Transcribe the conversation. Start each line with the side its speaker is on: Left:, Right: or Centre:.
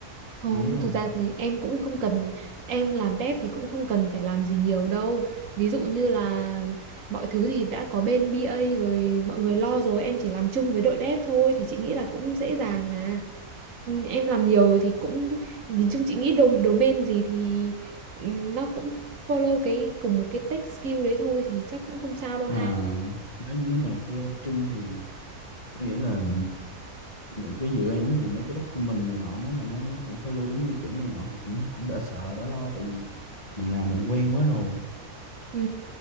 Right: Không,
Left: ấy không
Right: thực ra thì em cũng không cần em làm dev thì cũng không cần phải làm gì nhiều đâu. Ví dụ như là mọi thứ thì đã có bên bê A rồi, mọi người lo rồi, em chỉ làm chung với đội dev thôi thì chị nghĩ là cũng dễ dàng à. Ừ, Em làm nhiều rồi thì cũng nhìn chung chị nghĩ dom- domain gì thì ừ, nó cũng follow cái cùng một cái tech skill đấy thôi thì chắc cũng không sao đâu
Left: À,
Right: ha.
Left: nếu, nếu mà follow chung thì có nghĩa là những cái dự án thì mấy cái document này nọ nếu mà nó nó cũng follow đúng quy chuẩn này nọ thì cũng cũng đỡ sợ đỡ lo tại vì mình làm mình quen quá rồi
Right: Ừ.